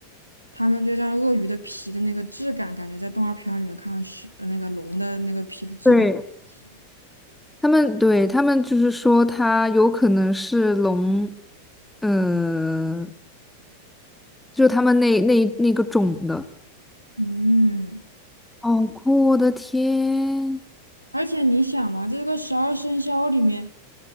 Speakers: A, on the right (about 90°); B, in the centre.
A: 他们就像鳄鱼的皮的那个质感，感觉在动画片儿里面看到是呃那个龙的那个皮的质感像。
B: 对，他们对他们就是说它有可能是龙，呃，就他们那那那个种的，
A: 嗯，
B: 好酷！我的天，
A: 而且你想嘛，这个十二生肖里面，